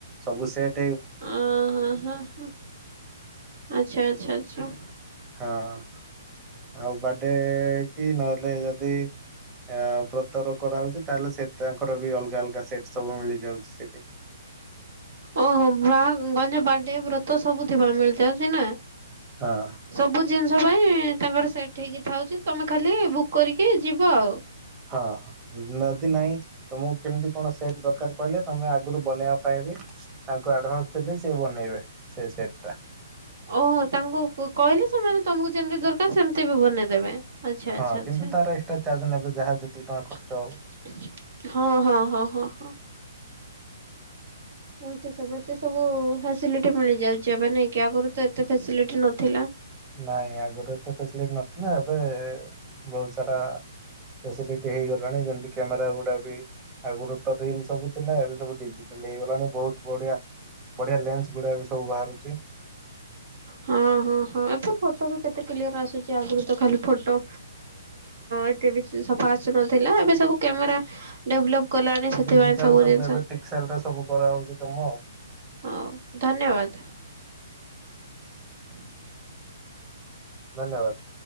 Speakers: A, on the right (about 20°); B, on the right (about 60°).
A: ସବୁ ସେଟ
B: ଓ ହ ହ ହ ଆଚ୍ଛା ଆଚ୍ଛା। ଆଛା,
A: ହଁ ଆଉ, ବାର୍ଥଡେ କି ନହେଲେ ଯଦି, ଆ ବ୍ରତର କରାହଉଚି ତାହେଲେ ସେ ତାଙ୍କର ବି ଅଲଗା ଅଲଗା ସେଟ ସବୁ ମିଳିଯାଉଚି ସେଠି।
B: ଓହୋ ବାହା ଗଞ୍ଜ ବାଡେ ବ୍ରତ ସବୁ ଥିବା ମିଳି <unintelligible> ନା।
A: ହଁ।
B: ସବୁ ଜିନିଷ ପାଇଁ ତାଙ୍କର ସେ ଠିକ ଥାଉଚି ତମେ ଖାଲି ବୁକ୍ କରିକି ଯିବ ଆଉ।
A: ହଁ ନଦି ନାହିଁ ତମକୁ କେମିତି କଣ ସେଟ୍ ଦରକାର କହିଲେ ତମେ ଆଗରୁ ବନେଇବା ପାଇଁ ବି ତାଙ୍କୁ ଆଡଭାନ୍ସ ଦେଲେ ସେ ବନେଇବେ ସେ ସେଟ୍ ଟା
B: ଓହୋ ତାଙ୍କୁ କହିଲେ ସେମାନେ ତମକୁ ଯେମିତି ଦରକାର ସେମତି ବି ବନେଇ ଦେବେ। ଆଚ୍ଛା
A: ହଁ
B: ଆଛା ଆଛା
A: କିନ୍ତୁ
B: ଆଛା
A: ତାର ଏକ୍ସଟ୍ରା ଚାର୍ଜ ନେବେ ଯାହା ଯେତିକି ଟଙ୍କା ଖର୍ଚ୍ଚ ହବ।
B: ହଁ ହଁ ହଁ ହଁ ହଁ। ଏମତି ସବୁ ଏତେ ସବୁ ଫାସିଲିଟି ମିଳିଯାଉଚି ଏବେ ନାଇକ ଆଗରୁ ତ ଏତେ ଫସିଲିଟି ନଥିଲା।
A: ନାଇ ଆଗରୁରେ ତ ଫେସିଲଟି ନ ନା ଏବେ ବୋହୁତ ସାରା ଫାସିଲିଟ ହେଇଗଲାଣି ଯେମିତି କ୍ୟାମେରା ଗୁଡା ବି ଆଗରୁ ତ ରିଲ ସବୁ ଥିଲା ଏବେ ସବୁ ଡିଜିଟାଲ ହେଇଗଲାଣି ବୋହୁତ ବଢିଆ ବଢିଆ ଲେନ୍ସ ଗୁଡା ବି ସବୁ ବାହାରୁଚି।
B: ହଁ ହଁ ହଁ ଏବେ ଫଟୋ ବି କେତେ କ୍ଲିୟର ଆସୁଚି, ଆଗରୁ ତ ଖାଲି ଫଟୋ ଏତେ ବି ସଫା ଆସୁନଥିଲା ଏବେ ସବୁ କ୍ୟାମେରା ଡେଭଲପ କଲାଣି ସେଥିପାଇଁ
A: ଡିଜିଟାଲ
B: ସବୁ ଜିନିଷ
A: ଏବେ ପିକ୍ସେଲ ରେ ସବୁ କରାହଉଛି କାମ ଆଉ।
B: <inaudible> ଧନ୍ୟବାଦ। <inaudible>
A: ଧନ୍ୟବାଦ। <inaudible>